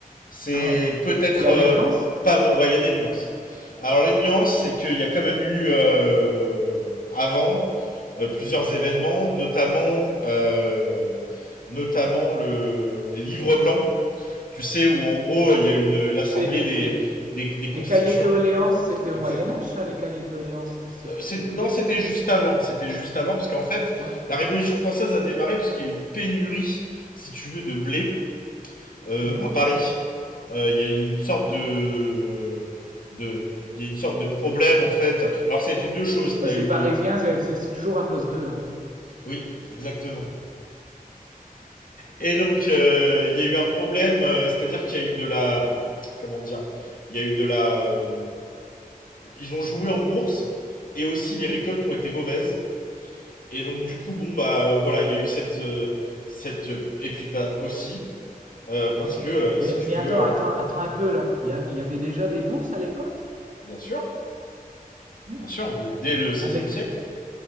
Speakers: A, on the left; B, on the right.
A: C'est
B: Ah ouais.
A: peut-être
B: Il y a
A: euh,
B: des nuances?
A: pas vrai. Ouais, Il y a des nuances. Alors les nuances, c'est qu'il y a quand même eu euh, avant euh, plusieurs événements, notamment euh, notamment le, les livres blancs. Tu sais où en gros il y a eu une l'assemblée
B: C'est les,
A: des,
B: les,
A: des, des constituants.
B: les cahiers de doléances, c'était au
A: Exact.
B: Moyen Âge, ça, les cahiers de doléances, c'est
A: Euh, c'est-
B: beaucoup
A: non,
B: plus
A: c'était
B: tôt.
A: juste avant. C'était juste avant parce qu'en fait
B: Ouais.
A: la Révolution française a démarré parce qu'il y a eu une pénurie, si tu veux, de blé euh,
B: Mhm.
A: à Paris. euh, il y a une sorte de de- de- il y a une sorte de problème en fait. Alors ça a été deux choses.
B: Bah,
A: T'as
B: c'est
A: eu
B: parisien, c'est c'est- c'est toujours à cause d'eux, en fait.
A: oui exactement. Et donc euh, il y a eu un problème, euh, c'est-à-dire qu'il y a eu de la comment dire, il y a eu de la euh, ils ont joué en bourse et aussi les récoltes ont été mauvaises. Et donc du coup bon bah euh, voilà il y a eu cette euh, cette et puis pas aussi euh, parce
B: Ok.
A: que euh,
B: Mais,
A: si tu
B: mais
A: veux
B: attends,
A: euh,
B: attends, attends un peu,
A: ouais,
B: là. Il y, a- il y avait déjà des bourses à l'époque?
A: bien sûr
B: Hein
A: bien sûr dès, dès le seizième
B: Avec,
A: siècle
B: de-